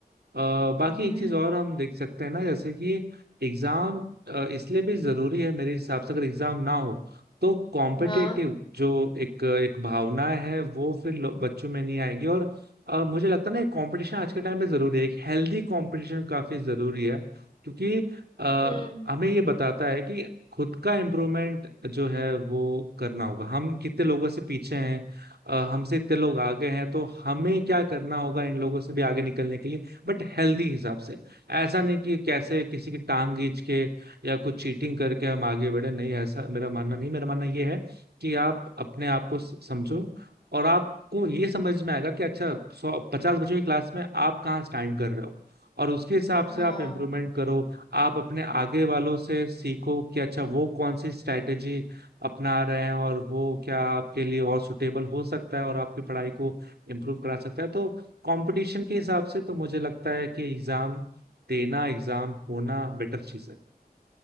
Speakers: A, on the right; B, on the left.
A: अ, बाकी
B: हम्म
A: एक चीज और हम देख सकते हैं ना जैसे कि एग्जाम अ, इसलिए भी जरूरी है मेरे हिसाब से अगर एग्जाम ना हो तो कॉम्पिटेटिव
B: हाँ
A: जो एक एक भावना है वो फिर लो- बच्चों में नहीं आएगी और अ, मुझे लगता है ना कंपटीशन आज के टाइम पे जरूरी है एक हेल्दी कंपटीशन काफी जरूरी है क्योंकि अ,
B: हम्म
A: हमें ये बताता है कि खुद का इम्प्रूवमेंट जो है वो करना होगा हम कितने लोगों से पीछे हैं अ, हमसे इतने लोग आगे हैं तो हमें क्या करना होगा इन लोगों से भी आगे निकलने के लिए बट हेल्दी हिसाब से ऐसा नहीं कि कैसे किसी की टांग खींच के या कुछ चीटिंग करके हम आगे बढ़े नहीं ऐसा मेरा मानना नहीं मेरा मानना ये है कि आप अपने आप को स- समझो और आपको ये समझ में आएगा कि अच्छा सौ पचास बच्चों की क्लास में आप कहाँ स्टैंड कर रहे हो और उसके हिसाब से
B: हाँ
A: आप इम्प्रूवमेंट करो आप अपने आगे वालों से सीखो कि अच्छा वो कौन सी स्ट्रैटेजी अपना रहे हैं और वो क्या आपके लिए और सुटेबल हो सकता है और आपकी पढ़ाई को इम्प्रूव करा सकता है तो कंपटीशन के हिसाब से तो मुझे लगता है कि एग्जाम देना एग्जाम होना बेटर चीज है